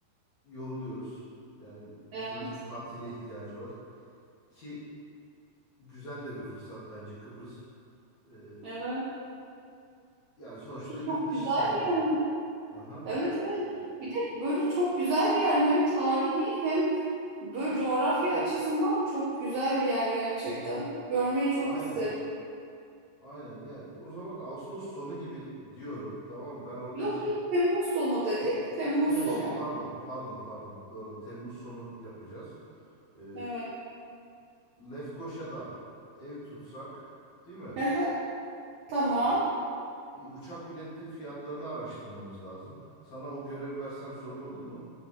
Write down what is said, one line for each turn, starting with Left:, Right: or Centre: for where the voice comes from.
Left: yoruluyoruz. Yani
Right: Evet,
Left: hepimizin tatile ihtiyacı var. Ki güzel de bir fırsat bence Kıbrıs. E,
Right: evet.
Left: yani sonuçta yurt
Right: Çok
Left: dışı
Right: güzel
Left: sayılır.
Right: bir yer.
Left: Aha.
Right: Evet, evet.
Left: E,
Right: Bir de böyle çok güzel bir yer. Hem tarihi hem böyle coğrafya açısından çok güzel bir yer gerçekten. Görmeyi çok
Left: aynen.
Right: isterim.
Left: Aynen. Ya o zaman Ağustos sonu gibi diyorum. Tamam ben oradaki
Right: Yok yok Temmuz sonu dedik. Temmuz
Left: ha,
Right: sonu.
Left: şey pardon pardon pardon doğru Temmuz sonu yapacağız. E,
Right: Evet.
Left: Lefkoşa'dan ev tutsak, değil mi?
Right: Aha, Tamam.
Left: Ee, bir uçak bileti fiyatlarını araştırmamız lazım. Sana o görev versem sorun olur mu?